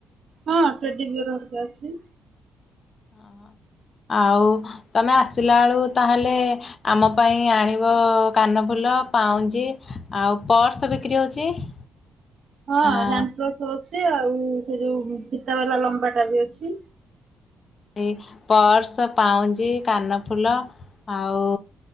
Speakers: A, on the right; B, on the left.
A: ହଁ ଟ୍ରେଡିବିଅର ଅଲଗା ଅଛି।
B: ହଁ ହଁ। ଆଉ ତମେ ଆସିଲା ବେଳକୁ ତାହେଲେ ଆମ ପାଇଁ ଆଣିବ କାନଫୁଲ, ପାଉଁଜି ଆଉ ପର୍ସ ବିକ୍ରି ହଉଛି? <inaudible>
A: ହଁ
B: ଆଉ
A: ରାନଫ୍ଲୋର୍ସ ର ଅଛି ଆଉ ସେ ଯୋଉ ଫିତା ବାଲା ଲମ୍ବା ଟା ବି ଅଛି।
B: ଏ ପର୍ସ, ପାଉଁଜି, କାନଫୁଲ ଆଉ